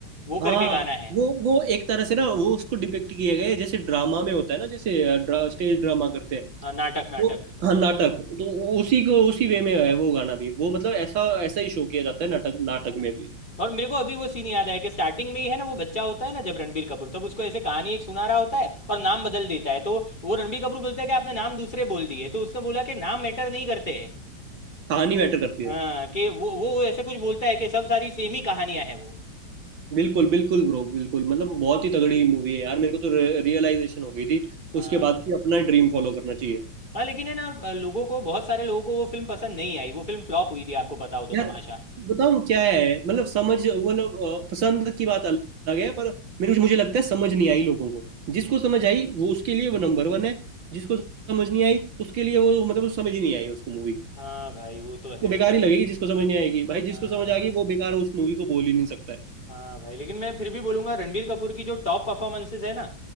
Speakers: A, on the left; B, on the right.
A: वो
B: हाँ
A: करके गाना है
B: वो वो एक तरह से ना वो उसको डिपिक्ट किया गया है जैसे ड्रामा में होता है ना जैसे अ, ड्रा, स्टेज ड्रामा करते हैं
A: हाँ नाटक नाटक
B: वो हाँ नाटक तो उसी को उसी वे में है वो गाना भी वो मतलब ऐसा ऐसा ही शो किया जाता है नाटक नाटक
A: हाँ
B: में भी
A: और मेरे को अभी वो सीन याद आया कि स्टार्टिंग में ही है ना वो बच्चा होता है ना जब रणबीर कपूर तब उसको ऐसे कहानी एक सुना रहा होता है और नाम बदल देता है तो वो रणबीर कपूर बोलता है कि आपने नाम दूसरे बोल दिए तो उसने बोला कि नाम मैटर नहीं करते
B: कहानी मैटर करती है
A: हाँ कि वो वो ऐसे कुछ बोलता है कि सब सारी सेम ही कहानियां हैं वो
B: बिल्कुल बिल्कुल ब्रो बिल्कुल मतलब बहुत ही तगड़ी मूवी है यार मेरे को तो रियलाइजेशन हो गई थी
A: हाँ
B: उसके बाद
A: भाई
B: कि अपना ड्रीम फॉलो करना चाहिए
A: हाँ लेकिन है ना लोगों को बहुत सारे लोगों को वो फिल्म पसंद नहीं आई वो फिल्म फ्लॉप हुई थी आपको पता हो तो
B: यार
A: तमाशा
B: बताऊं क्या है मतलब समझ मतलब अ, पसंद की बात अलग है पर मेरे मुझे लगता है समझ नहीं आई लोगों को जिसको समझ आई वो उसके लिए वो नंबर वन है जिसको समझ नहीं आई उसके लिए वो मतलब वो समझ ही नहीं आई उसको मूवी
A: हाँ भाई वो तो
B: उसको
A: है
B: बेकार ही लगेगी जिसको समझ नहीं आएगी भाई जिसको
A: हाँ
B: समझ
A: हाँ
B: आ गई
A: हाँ
B: वो बेकार उस मूवी को बोल ही नहीं सकता है
A: हाँ भाई लेकिन मैं फिर भी बोलूँगा रणबीर कपूर की जो टॉप परफॉर्मेंसेज है ना